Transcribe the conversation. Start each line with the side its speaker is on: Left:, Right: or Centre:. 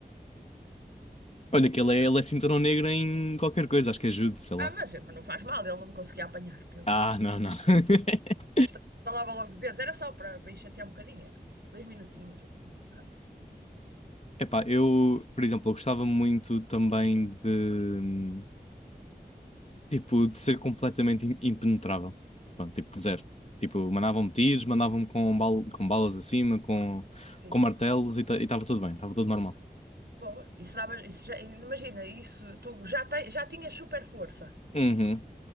Left: Olha, que ele é, ele é cinturão negro em qualquer coisa, acho que ajude, sei lá.
Right: Ah, mas mas não faz mal, ele não me conseguia apanhar, porque eu
Left: Ah, não, não. <laughs>
Right: estalava logo os dedos. Era só para, para ir chatear um bocadinho, era. Dois minutinhos. Ah,
Left: Epá,
Right: ah,
Left: eu, por exemplo, eu gostava muito também de, tipo, de ser completamente im- impenetrável. Pronto, tipo, zero. Tipo, mandavam-me tiros, mandavam-me com, bal com balas acima, com,
Right: sim.
Left: com martelos e estava tudo bem, estava tudo normal.
Right: Boa, isso dava, isso já, imagina, isso tu já, te- já tinhas super força.
Left: Uhum,